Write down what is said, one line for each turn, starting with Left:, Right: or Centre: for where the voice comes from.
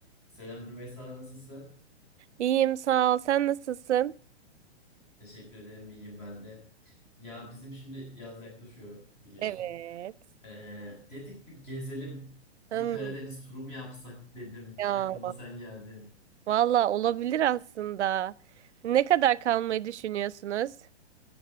Left: Selam Rümeysa, nasılsın?
Right: İyiyim sağ ol. Sen nasılsın?
Left: Teşekkür ederim, iyiyim ben de. Ya bizim şimdi yaz yaklaşıyor biliyorsun.
Right: Evet.
Left: Ee, dedik bir gezelim,
Right: Hmm,
Left: bir Karadeniz turu mu yapsak dedim.
Right: ya
Left: Aklıma sen geldin.
Right: valla olabilir aslında. Ne kadar kalmayı düşünüyorsunuz?